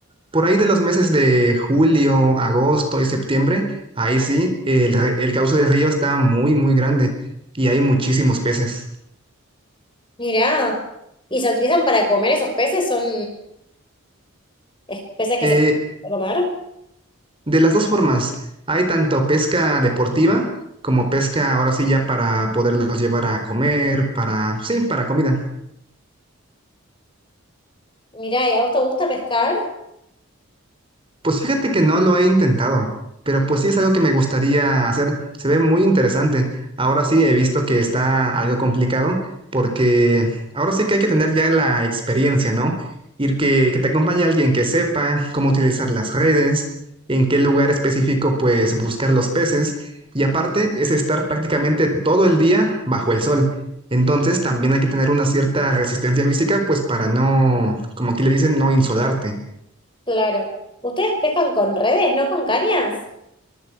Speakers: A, on the right; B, on the left.
A: Por ahí de los meses de julio, agosto y septiembre, ahí sí, el, re- el cauce del río está muy, muy grande y hay muchísimos peces.
B: mirá. Y se utilizan para comer esos peces, son es- peces que
A: Eh,
B: se pueden comer.
A: de las dos formas, hay tanto pesca deportiva como pesca ahora sí ya para poderlos llevar a comer, para, sí, para comida.
B: Mirá, ¿y a vos te gusta pescar?
A: Pues fíjate que no lo he intentado, pero pues sí es algo que me gustaría hacer. Se ve muy interesante. Ahora sí he visto que está algo complicado porque ahora sí que hay que tener ya la experiencia, ¿no? Ir que, que te acompañe alguien que sepa cómo utilizar las redes, en qué lugar específico pues buscar los peces y aparte es estar prácticamente todo el día bajo el sol. Entonces también hay que tener una cierta resistencia física pues para no, como aquí le dicen, no insolarte.
B: Claro. ¿Ustedes pescan con redes, no con cañas?